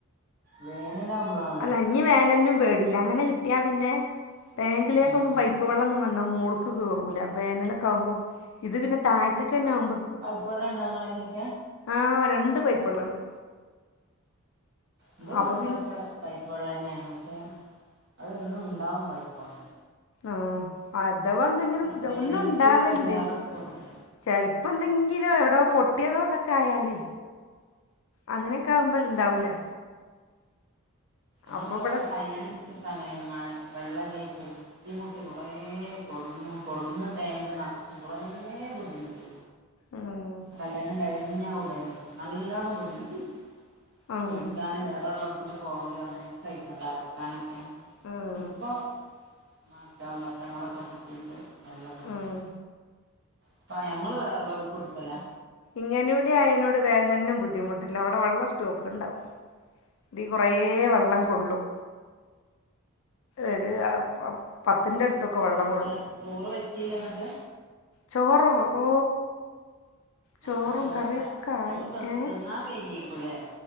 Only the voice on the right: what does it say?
വേനലാവുമ്പോളാണ്
ഉം ഉം
പൈപ്പുവെള്ളം ഇണ്ടാ ഇങ്ങളായിനൊക്കെ
ൻ്റെ
വീട്ടിലൊക്കെ
പൈപ്പ് വെള്ളന്നെയാണ് പക്ഷെ അതെന്നും ഇണ്ടാവും പൈപ്പുവെള്ളം
വേനൽക്ക്
ഇല്ലാതെക്കൊന്നുല്ല
ഞാവിടെ
കല്യാണം അങ്ങനെയാണ് മഴ വെള്ളല്ലായിറ്റ് ബുദ്ധിമുട്ടി കുറേ കൊടുന്നും കൊടുന്നു ടാങ്ക് നെറച്ചും കുറേ ബുദ്ധിമുട്ടി
കല്യാണം കഴിഞ്ഞ ഉടനെ നല്ലോണ്ണം ബുദ്ധിമുട്ടി
കുളിക്കാന് വേറൊള്ള ക്ക് പോവലോ അങ്ങനൊക്കായിട്ടാണ് അലക്കാനൊക്കെ
ഇപ്പൊ മാഷാള്ളാ കെണറൊക്കെ കുത്തിയിട്ട് വെള്ളത്തിന്
ഇപ്പൊ ഞങ്ങള് വേറുള്ളോർക്ക് കൊടുക്കലാ
എന്താ
ചോറ് വെച്ചീല്ല എന്നിട്ട്
അപ്പൊ എന്താ
ചോറ്
തിന്നാ വൈകീകുലേ